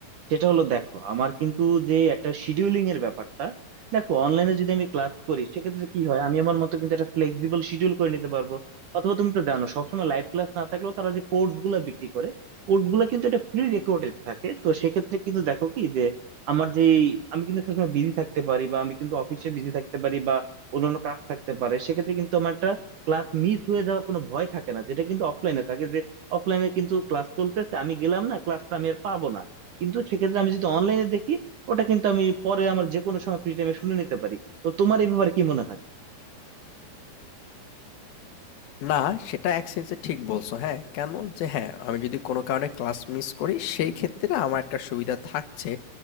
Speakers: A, on the right; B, on the left.
A: সেটা হলো দেখো আমার কিন্তু যে একটা শিডিউলিং এর ব্যাপারটা দেখো অনলাইনে যদি আমি ক্লাস করি সেক্ষেত্রে কি হয় আমি আমার মতো কিন্তু একটা ফ্লেক্সিবল শিডিউল করে নিতে পারবো অথবা তুমি তো জানো সবসময় লাইভ ক্লাস না থাকলেও তারা যে কোর্স গুলা বিক্রি করে কোর্স গুলা কিন্তু এটা প্রি রেকর্ডেড থাকে তো সেক্ষেত্রে কিন্তু দেখো কি যে আমার যে আমি কিন্তু সবসময় বিজি থাকতে পারি বা আমি কিন্তু অফিসে বিজি থাকতে পারি বা অন্যান্য কাজ থাকতে পারে সেক্ষেত্রে ক্লাস মিস হয়ে যাওয়ার কোনো ভয় থাকে না যেটা কিন্তু অফলাইনে থাকে যে অফলাইনে কিন্তু ক্লাস চলতেছে আমি গেলাম না ক্লাসটা আমি আর পাবো না কিন্তু সেক্ষেত্রে আমি যদি অনলাইনে দেখি ওটা কিন্তু আমি পরে আমার যে কোনো সময় ফ্রি টাইমে শুনে নিতে পারি তো তোমার এই ব্যাপারে কি মনে হয়
B: না, সেটা এক সেন্সে ঠিক বলছো। হ্যাঁ, কেন? যে হ্যাঁ, আমি যদি কোনো কারণে ক্লাস মিস করি, সেই ক্ষেত্রে আমার একটা সুবিধা থাকছে